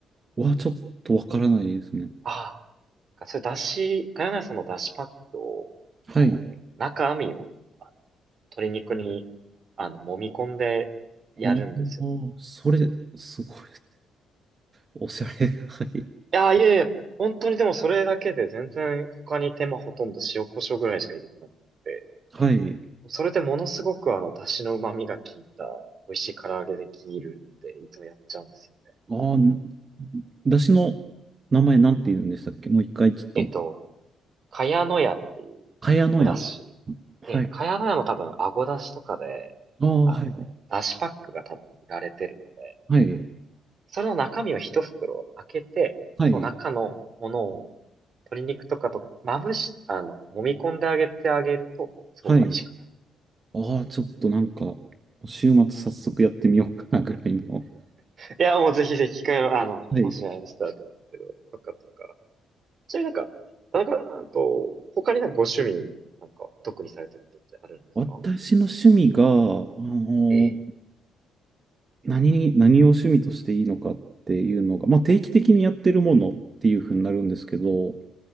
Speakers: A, on the right (about 35°); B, on the right (about 50°).
A: はちょっとわからないですね。
B: ああ。それ出汁、かやのやさんの出汁パックを、
A: はい。
B: あの、中身を、あの鶏肉に、あの、揉み込んでやるんですよね。
A: おー、それ、すごい。おしゃれ。はい。
B: やー、いやいや、本当にでもそれだけで全然他に手間ほとんど塩コショウぐらいしか入れてなくて、
A: はい。
B: それでものすごくあの、出汁の旨味が効いた美味しい唐揚げできるんで、いつもやっちゃうんですよね。
A: ああ、んだしの名前なんて言うんでしたっけもう一回ちょっと。
B: えっと、茅の屋っていう
A: 茅野屋。
B: お出汁。
A: はい。
B: で、茅の屋の多分、あご出汁とかで、
A: ああ、
B: あの、
A: はい。
B: 出汁パックが多分売られてるので、
A: はい。
B: それの中身を一袋開けて、
A: はい。
B: その中のものを鶏肉とかとまぶし、あの、揉み込んであげてあげると、すごい美味しくなる。
A: はい。ああ、ちょっとなんか、週末早速やってみようかなぐらいの。
B: いや、もうぜひぜひ機会の、あの、
A: はい。
B: もしあれしたらと思うんですけど、とかとか。ちなみになんか、田中さんと、他になんかご趣味、なんか、特にされてることってあるんですか
A: 私の趣味が、あの
B: ええ、
A: 何、何を趣味としていいのかっていうのが、まあ、定期的にやってるものっていうふうになるんですけど、